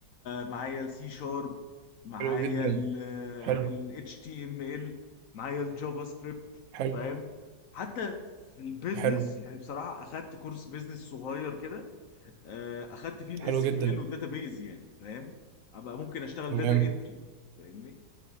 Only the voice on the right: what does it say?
حلو جدا
حلو
حلو
حلو
حلو جدا
تمام